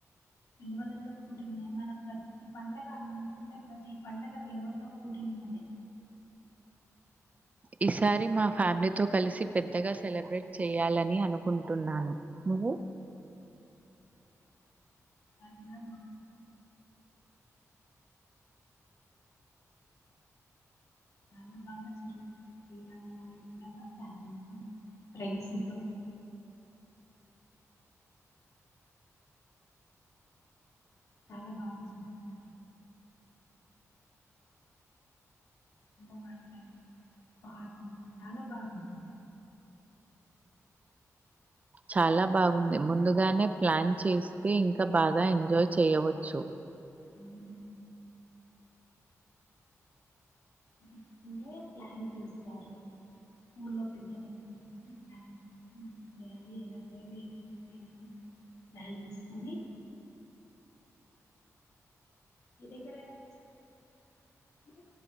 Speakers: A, on the left; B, on the right.
A: విలువలతో కూడి ఉన్నాయి మన ప్రతి పండగ మన కున్న ప్రతి పండగ విలువతో కూడి ఉన్నది
B: ఈసారి మా ఫ్యామిలీతో కలిసి పెద్దగా సెలబ్రేట్ చెయాలని అనుకుంటున్నాను నువ్వు
A: అంద రమా చాలా బాగా జరుగుతుంది కీడా <unintelligible> ఫ్రెండ్స్ తో <inaudible> చాలా బాగా చేసుకుం <unintelligible> చాలా బాగుంటుంది
B: చాలా బాగుంది ముందుగానే ప్లాన్ చేస్తే ఇంకా బాగా ఎంజాయ్ చేయవచ్చు
A: హ్ ది కూడా ప్లాన్ తీస్తారు ఊర్లో పెద్దలందరి నుంచి ప్లాన్స్ చేసి ఏం చేయాలి ఎలా చేయాలి ఏమేం చేయాలని ప్లాన్ తీసుకొని మీ దెగ్గర ఎలా చే